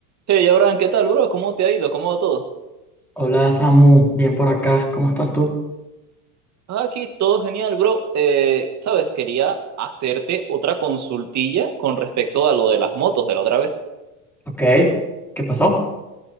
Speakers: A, on the right; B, in the centre.
A: Hey, Abraham, ¿qué tal, bro? ¿Cómo te ha ido? ¿Cómo va todo?
B: Hola Samu, bien por acá, ¿cómo estás tú?
A: Ah, Aquí todo genial, bro. Eh, sabes, quería hacerte otra consultilla con respecto a lo de las motos de la otra vez.
B: Ok, ¿qué pasó?